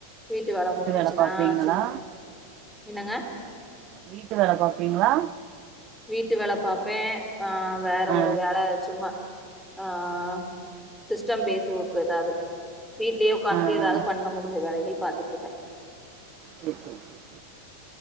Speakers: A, in the centre; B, on the right.
A: வீட்டு வேலை முடிஞ்சிச்சுன்னா
B: வேல பாப்பீங்களா
A: சும்மா என்னங்க
B: வீட்டு வேல பார்ப்பீங்களா
A: வீட்டு வேல பார்ப்பேன் ஆஹ் வேற
B: ஆ
A: ஒரு வேல சும்மா ஆஹ் சிஸ்டம் பேஸக்கு ஏதாவது வீட்லயே உட்காந்துட்டு
B: ஆ
A: ஏதாவது
B: ஆ
A: பண்ண முடிஞ்ச வேலைகள் பார்த்துட்டு இருப்பேன்
B: சேரி சேரி சேரி